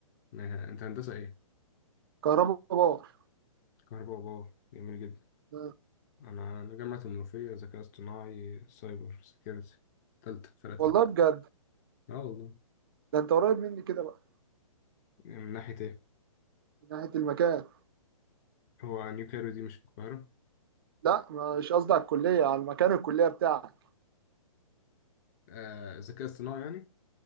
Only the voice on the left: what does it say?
ما- انت هندسة ايه
كهرباء وباور جميل جدا
انا انا جامعة المنوفية ذكاء اصطناعي سايبر سيكيورتي تالتة فرقة تالتة
اه والله
من ناحية ايه
هو نيو كايرو دي مش في القاهرة
آه ذكاء اصطناعي يعني